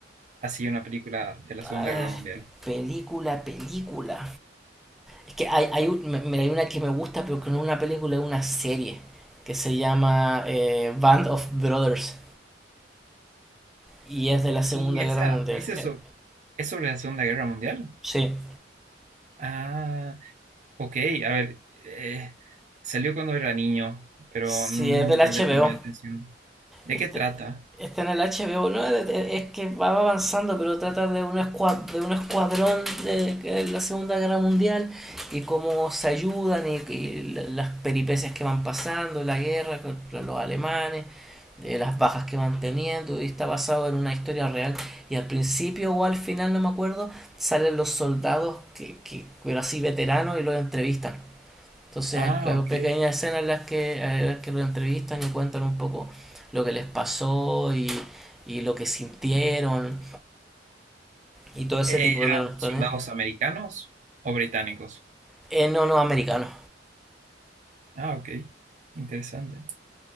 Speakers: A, on the right; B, in the centre.
A: Así, una película de la Segunda
B: A ver,
A: Guerra Mundial.
B: película, película. Es que hay, hay, un- me- mira, hay una que me gusta, pero que no es una película, es una serie. Que se llama eh, Band of Brothers. Y es de la
A: ¿Y
B: Segunda Guerra
A: esa,
B: Mundial.
A: es eso,
B: Eh,
A: es sobre la Segunda Guerra Mundial?
B: sí.
A: Ah, ok, a ver, eh, salió cuando era niño, pero
B: Sí,
A: nunca
B: es del HBO.
A: le tomé atención. ¿De
B: Este,
A: qué trata?
B: está en el HBO, ¿no? Es, es que va avanzando, pero trata de un, escua- de un escuadrón de, de la Segunda Guerra Mundial y cómo se ayudan y, y la- las peripecias que van pasando, la guerra contra los alemanes, eh, las bajas que van teniendo, y está basado en una historia real. Y al principio o al final, no me acuerdo, salen los soldados, que, que, pero así veteranos, y los entrevistan. Entonces
A: Ah,
B: hay, hay
A: ok.
B: pequeñas escenas en las que, en las que lo entrevistan y cuentan un poco lo que les pasó y, y lo que sintieron y todo ese
A: Eh,
B: tipo
A: ¿eran
B: de cuestiones.
A: soldados americanos o británicos?
B: Eh, no, no, americano.
A: Ah, ok. Interesante. <laughs>